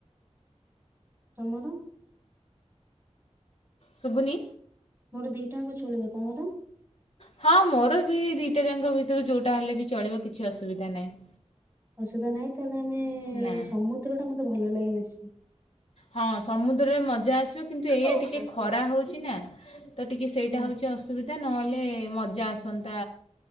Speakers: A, on the right; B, on the left.
A: ତମର?
B: ଶୁଭୁନି।
A: ମୋର ଦିଟା ଙ୍କ ଚଳିବ ତମର?
B: ହଁ ମୋର ବି ଦିଟା ଯାଙ୍କ ଭିତରୁ ଯୋଉଟା ହେଲେ ବି ଚଳିବ କିଛି ଅସୁବିଧା ନାହିଁ।
A: ଅସୁବିଧା ନାହିଁ ତାହେଲେ ଆମେ
B: ନା
A: ସମୁଦ୍ର ଟା ମତେ ଭଲ ଲାଗେ ବେଶୀ।
B: ହଁ ସମୁଦ୍ର ରେ ମଜା ଆସିବ କିନ୍ତୁ ଏଇଆ
A: ଓ
B: ଟିକେ
A: ପ୍ରଭୁ।
B: ଖରା ହଉଛି ନା ତ ଟିକେ ସେଇଟା
A: ହଁ
B: ହଉଛି ଟିକେ ଅସୁବିଧା ନ ହେଲେ ମଜା ଆସନ୍ତା